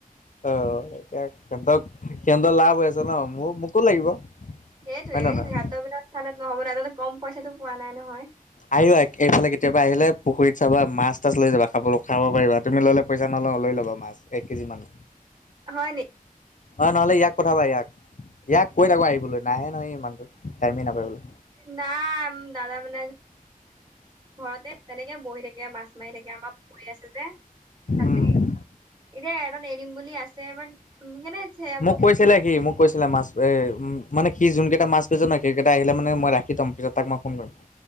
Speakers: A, on the left (about 60°); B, on the right (about 30°).
A: অ', এতিয়া সিহঁতক, সিহঁতৰ লাভ হৈ আছে ন, মোৰ মোকো লাগিব।
B: সেইটোৱে,
A: হয় নে নহয়
B: সিহঁতৰবিলাক চালে নহব নহয়। সিহঁতেতো কম পইচাটো পোৱা নাই নহয়।
A: আহিবা, এইফালে কেতিয়াবা আহিলে, পুখুৰীত চাবা মাছ-তাছ লৈ যাবা খাবলে। খাব পাৰিবা তুমি ল'লে পইচা নল'ওঁ লৈ ল'বা মাছ, এক কেজি মান।
B: হয়, নেক
A: অ', নহ'লে ইয়াক পঠাবা ইয়াক। ইয়াক, কৈ থাকোঁ আহিবলৈ। নাহে নহয় ইমানুহটো, টাইমেই নাপায় বোলে।
B: <unintelligible> দাদা মানে ঘৰতে তেনেকে বহি থাকে, মাছ মাৰি থাকে, আমাৰ পুখুৰী আছে যে। তাতে,
A: উম
B: এতিয়া এটাত এৰি দিম বুলি আছে, বাট কেনে <unintelligible>
A: মোক কৈছিলে সি, মোক কৈছিলে মাছ এ মানে সি যোন কেইটা মাছ লৈছে ন, সেই কেইটা আহিলে মানে মই ৰাখি থ'ম। পিছত তাক মই ফোন কৰিম।